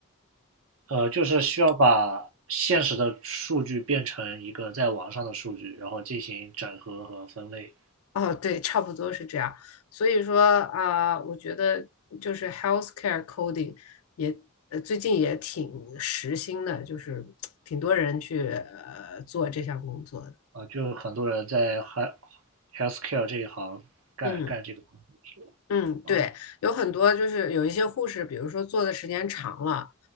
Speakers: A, on the right; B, on the left.
A: 呃，就是需要把现实的数据变成一个在网上的数据，然后进行整合和分类。
B: 哦，对，差不多是这样。所以说啊、我觉得就是 healthcare coding 也呃最近也挺时兴的，就是挺多人去呃做这项工作的。
A: 啊、就很多人在 health healthcare 这一行干干这个工作啊，
B: 嗯嗯，对，
A: 呃
B: 有很多就是有一些护士，比如说做的时间长了，